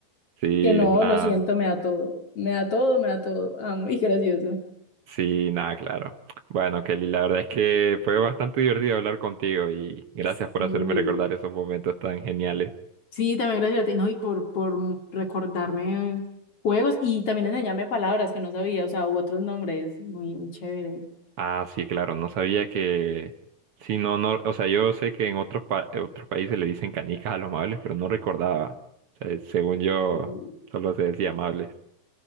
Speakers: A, on the right (about 80°); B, on the left (about 45°).
A: sí,
B: Que no,
A: nada.
B: lo siento, me da todo. Me da todo, me da todo. Ah, muy gracioso.
A: Sí, nada, claro. Bueno, Kelly, la verdad es que fue bastante divertido hablar contigo y gracias
B: Sí.
A: por hacerme recordar esos momentos tan geniales.
B: Sí, también gracias a ti, ¿no? Y por, por recordarme juegos y también enseñarme palabras que no sabía, o sea, u otros nombres, muy, muy chévere.
A: Ah, sí, claro, no sabía que... Sí, no, no, o sea, yo sé que en otros, pa- en otros países le dicen canicas a los amables, pero no recordaba. O sea, según yo,
B: Y-
A: solo se decía amables.